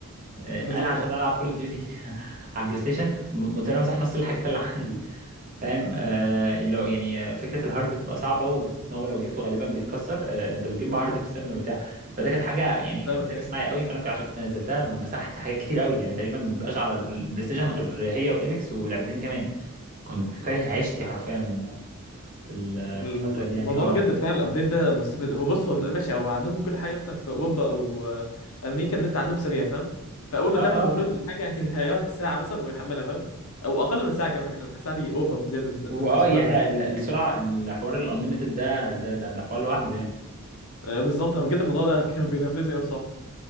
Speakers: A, on the right; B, on the left.
A: آه،
B: بالظبط
A: انا عشان
B: أه
A: العب كول اوف ديوتي <laughs> على البلاي ستيشن م- مضطر امسح نص الحاجات اللي عندي فاهم آه لو يعني فكره الهارد بتبقى صعبه وبتتناول لو جبته غالبا بيتكسر آه انت بتجيب بقى هارد اكسترنال وبتاع فده كانت حاجه يعني
B: فاهمك
A: ركز
B: أيوة.
A: معايا قوي فانا عشان كنت نزلتها مسحت حاجات كتير قوي يعني تقريبا ما بقاش على البلاي ستيشن غير هي وايبكس ولعبتين كمان كنت كاره عيشتي حرفيا في ال-
B: الم-
A: في الفتره
B: الموضوع
A: دي يعني اه
B: بجد بتاع الابديت ده مستفز هو بص هو ماشي هو عندهم كل حاجه مثلا في اوروبا او آه، امريكا النت عندهم سريع فاهم فاول ما
A: اه
B: تعمل
A: اه
B: داونلود للحاجه <laughs> يعني هيقعد ساعه مثلا ويحملها فاهم او اقل من ساعه كمان احنا ساعه دي اوفر بزياده بز- بالنسبه
A: واه يحرق
B: لهم يعني
A: ال- السرعه الحوار الانليمتد ده ده ده ده حوار لوحده يعني
B: آه، بالظبط انا بجد الموضوع ده <laughs> كان بينرفزني قوي بصراحه